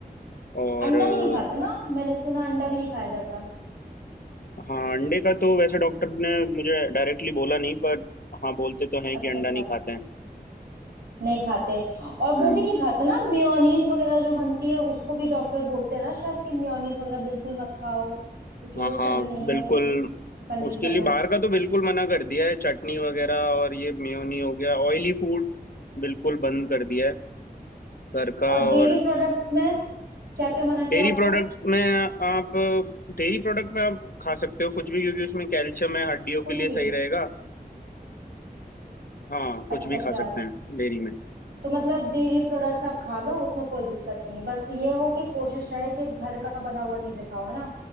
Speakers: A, on the left; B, on the right.
A: और
B: अंडा
A: अ,
B: भी नहीं खाते ना मैंने सुना अंडा भी नहीं खाया जाता
A: हाँ अंडे का तो वैसे डॉक्टर ने मुझे डायरेक्टली बोला नहीं पर हाँ बोलते तो हैं
B: अच्छा
A: कि अंडा
B: अच्छा
A: नहीं खाते हैं
B: नहीं खाते और वो
A: हम्म
B: भी नहीं खाते ना मेयोनीज वगैरह जो बनती है उसको भी डॉक्टर बोलते हैं ना शायद कि मेयोनीज वगैरह बिल्कुल मत खाओ क्योंकि
A: हाँ
B: वो सही
A: हाँ
B: नहीं
A: बिल्कुल
B: है इस कंडीशन
A: उसके लिए
B: में
A: बाहर का तो बिल्कुल मना कर दिया है चटनी वगैरह और ये मेयोनी हो गया ऑयली फूड बिल्कुल बंद कर दिया है घर का
B: और डेयरी
A: और
B: प्रोडक्ट्स में क्या क्या मना किया
A: डेयरी
B: आपको
A: प्रोडक्ट में आप डेयरी प्रोडक्ट में आप खा सकते हो कुछ भी क्योंकि उसमें कैल्शियम है हड्डियों
B: कुछ
A: के लिए
B: भी
A: सही रहेगा हाँ कुछ
B: अच्छा
A: भी
B: अच्छा
A: खा सकते हैं डेयरी में
B: तो मतलब डेयरी प्रोडक्ट्स आप खा लो उसमें कोई दिक्कत नहीं है बस ये हो कि कोशिश रहे कि घर का बना हुआ चीजें खाओ है ना